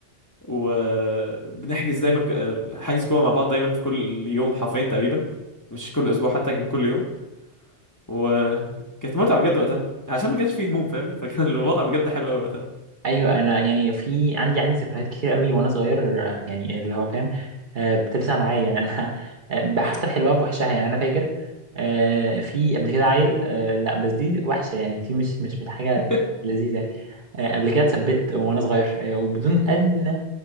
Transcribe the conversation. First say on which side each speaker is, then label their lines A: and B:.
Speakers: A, on the left; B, on the right.
A: وبنحجز دايما ك- آه، حجز كوره مع بعض دايما في كل يوم حرفيا تقريبا مش كل اسبوع حتى كان كل يوم وكانت متعه بجد وقتها عشان ما كانش فيه هموم فاهمني فكان الوضع بجد حلو قوي وقتها
B: ايوه انا يعني في عندي عندي ذكريات كتير قوي وانا صغير آه، يعني اللي هو فاهم آه، بتلسع معايا يعني انا <laughs> آه، حتى بحلوها بوحشها يعني انا فاكر آه، في قبل كده عيل آه، لا بس دي وحشه يعني دي مش مش مش حاجه
A: <laughs>
B: لذيذه يعني آه، قبل كده اتثبت وانا صغير آه، وبدون ادنى